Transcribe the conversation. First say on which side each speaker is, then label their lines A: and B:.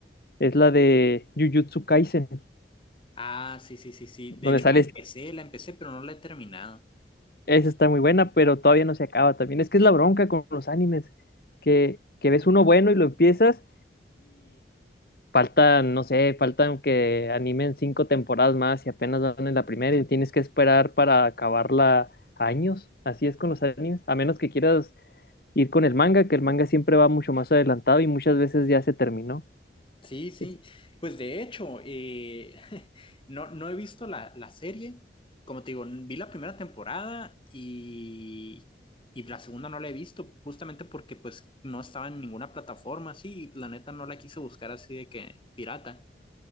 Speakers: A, on the left; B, on the left.
A: Es la de Jujutsu Kaisen,
B: Ah, sí, sí, sí, sí.
A: donde
B: De hecho
A: sale.
B: la empecé,
A: este-
B: la empecé, pero no la he terminado.
A: Esa está muy buena, pero todavía no se acaba también. Es que es la bronca con los animes, que, que ves uno bueno y lo empiezas faltan, no sé, faltan que animen cinco temporadas más y apenas van en la primera y tienes que esperar para acabarla años. Así es con los animes, a menos que quieras ir con el manga, que el manga siempre va mucho más adelantado y muchas veces ya se terminó.
B: Sí, sí.
A: Es-
B: Pues de hecho, eh, <laughs> no, no he visto la, la serie. Como te digo, vi la primera temporada y, y la segunda no la he visto justamente porque pues no estaba en ninguna plataforma, sí, y la neta no la quise buscar así de que pirata.